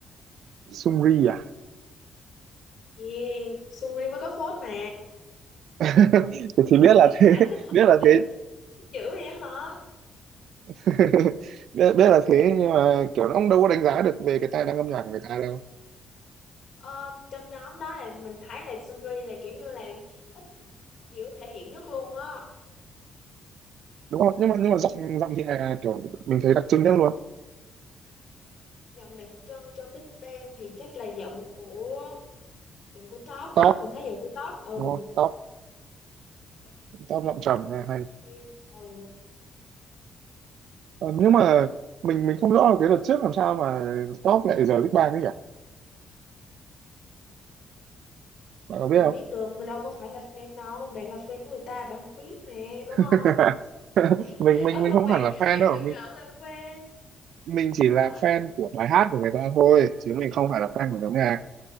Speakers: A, on the right; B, on the left.
A: Sungri à
B: Yeah, Suri mới có phốt mà.
A: <laughs> thì, thì biết
B: Là
A: là
B: có
A: thế
B: phải
A: <laughs>
B: thích
A: biết là
B: là
A: thế
B: thích dữ vậy hả?
A: <laughs> biết, biết là thế nhưng mà kiểu nó cũng đâu có đánh giá được về cái tài năng âm nhạc của người ta đâu
B: Ờ, trong nhóm đó là mình thấy là Sungri là kiểu như là ít kiểu thể hiện nhất luôn á.
A: đúng không nhưng mà nhưng mà giọng giọng thì là kiểu mình thấy đặc trưng nhất luôn
B: Dòng đặc trưng trong Big Bang thì chắc là giọng của giọng của top á
A: top
B: mình thấy giọng của top ừ
A: đúng không top
B: đặc trưng
A: top giọng trầm
B: rất
A: nghe hay
B: riêng ồ
A: Ờ, nhưng mà mình mình không rõ là cái đợt trước làm sao mà top lại giờ Big Bang ấy nhỉ
B: sao
A: bạn có
B: mình
A: biết không
B: biết được mình đâu có phải là fan đâu bạn là fan của người ta bạn không biết nè đúng
A: <laughs>
B: không <laughs>
A: mình mình mình không
B: bạn
A: hẳn là fan
B: bạn
A: đâu
B: tự nhận
A: mình
B: là fan
A: mình chỉ
B: hả
A: là fan của bài hát của người ta thôi chứ mình không phải là fan của nhóm nhạc